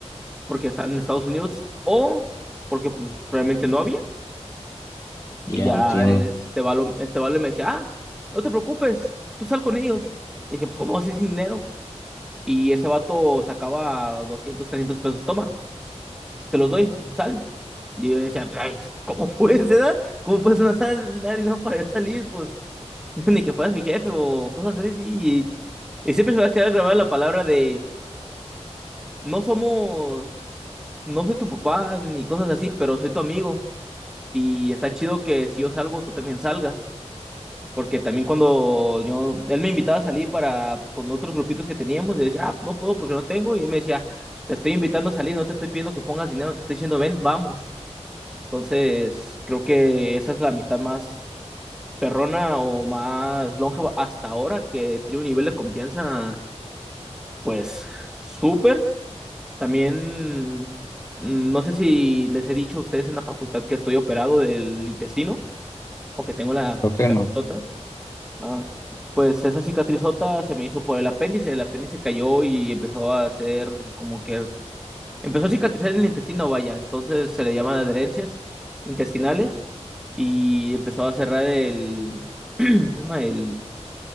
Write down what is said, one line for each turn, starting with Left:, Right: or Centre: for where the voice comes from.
Centre: porque está en Estados Unidos, o porque pues realmente no había.
Left: ya
Centre: Y ya
Left: entiendo.
Centre: este valo, este vale me decía, ah, no te preocupes, tú sal con ellos. Y dije, pues ¿cómo vas a ir sin dinero? Y ese vato sacaba 200 300 pesos, toma, te los doy, sal. Y yo decía, pues, "Ay, ¿cómo <laughs> puedes, edad? ¿Cómo puedes no dar dinero para yo salir? Pues. <laughs> ni que fueras mi jefe o cosas así. Y, y siempre se me va a quedar grabada la palabra de no somos, no soy tu papá ni cosas así, pero soy tu amigo. Y está chido que si yo salgo, tú también salgas. Porque también cuando yo, él me invitaba a salir para, pues, con otros grupitos que teníamos, yo decía, ah, pues, no puedo porque no tengo. Y él me decía, te estoy invitando a salir, no te estoy pidiendo que pongas dinero, te estoy diciendo, ven, vamos. Entonces, creo que esa es la amistad más perrona o más longeva hasta ahora, que tiene un nivel de confianza, pues, súper. También, mm, no sé si les he dicho a ustedes en la facultad que estoy operado del intestino o que tengo la
Left: Creo
Centre: cicatrizota.
Left: que no.
Centre: Ah, pues esa cicatrizota se me hizo por el apéndice, el apéndice cayó y empezó a hacer como que empezó a cicatrizar en el intestino, vaya, entonces se le llaman adherencias intestinales y empezó a cerrar el, <clears throat> ¿cómo se llama? el